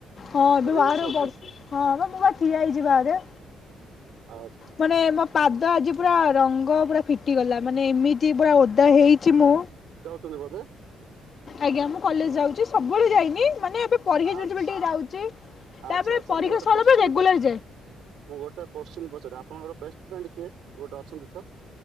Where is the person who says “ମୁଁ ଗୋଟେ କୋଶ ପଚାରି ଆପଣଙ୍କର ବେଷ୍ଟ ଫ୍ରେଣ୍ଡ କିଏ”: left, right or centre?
Right